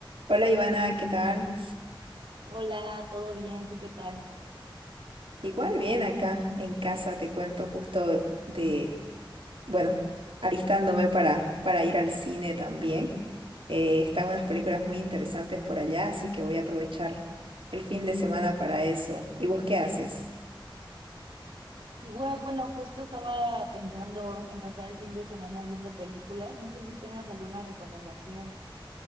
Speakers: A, on the right; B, on the right.
A: Hola Ivana, ¿qué tal?
B: Hola, ¿todo bien? ¿Tú qué tal?
A: Igual bien acá en casa, te cuento justo de, bueno, alistándome para, para ir al cine también. Eh, están unas películas muy interesantes por allá, así que voy a aprovechar el fin de semana para eso. ¿Y vos qué haces?
B: Igual, bueno, justo estaba pensando en pasar el fin de semana viendo películas. No sé si tengas alguna recomendación.